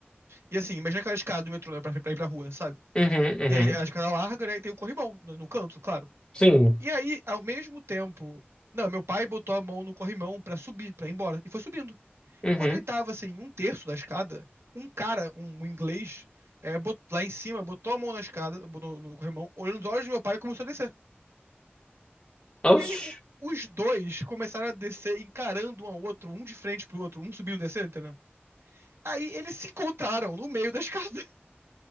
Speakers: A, on the right; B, on the left.
A: e assim, imagina aquela escada do metrô, né, pra, pra ir pra rua, sabe?
B: uhum, uhum.
A: E aí a escada larga, né? E tem o corrimão no, no canto, claro.
B: Sim.
A: E aí, ao mesmo tempo. Não, meu pai botou a mão no corrimão pra subir, pra ir embora. E foi subindo.
B: Uhum.
A: Quando ele tava assim, um terço da escada, um cara, um inglês, é, bot- lá em cima, botou a mão na escada, bo- no, no corrimão, olhou nos olhos do meu pai e começou a descer.
B: Oxi.
A: E aí o- os dois começaram a descer, encarando um ao outro, um de frente pro outro, um subindo e descendo, entendeu? Aí eles se encontraram no meio da escada. <laughs>